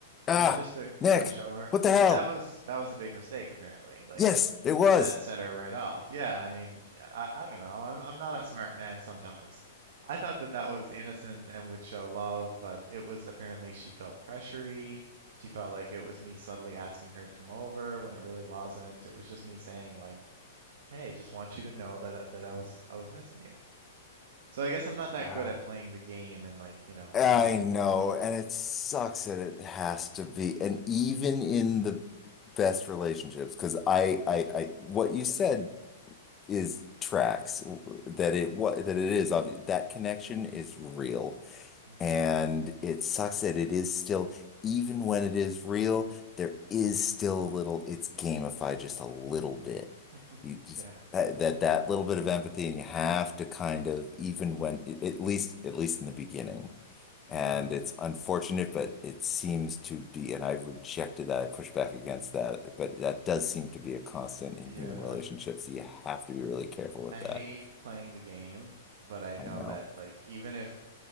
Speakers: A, on the left (about 15°); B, on the right (about 60°).
A: Ah,
B: You know, just to
A: Nick,
B: kind of show her.
A: what the hell?
B: But that was that was a big mistake apparently. Like
A: Yes, it was.
B: that set her right off. Yeah, I mean, yeah, I I don't know. I'm I'm not a smart man sometimes. I thought that that was innocent and would show love, but it was apparently she felt pressury. She felt like it was me subtly asking her to come over when it really wasn't. It was just me saying like, Hey, just want you to know that I- that I was I was missing you. So I guess I'm not that
A: <laughs>
B: good at playing the game and like, you know,
A: I
B: playing it
A: know,
B: cool.
A: and it sucks that it has to be. And even in the best relationships, because I, I, I, what you said is tracks that it
B: Mm,
A: what that it is obvious that connection is real
B: Mm-hmm.
A: and it sucks that it is still, even when it is real, there is still a little, it's gamified just a little bit.
B: <laughs>
A: You just,
B: Yeah,
A: that, that that little bit of empathy and you have to kind of, even when, at least, at least in the beginning. And
B: yeah,
A: it's unfortunate, but it seems to be, and I've rejected that, I push back against that, but that does seem to be a constant in
B: yeah.
A: human relationships. You have to be really careful with
B: I hate
A: that.
B: playing the game, but I know
A: I know.
B: that like even if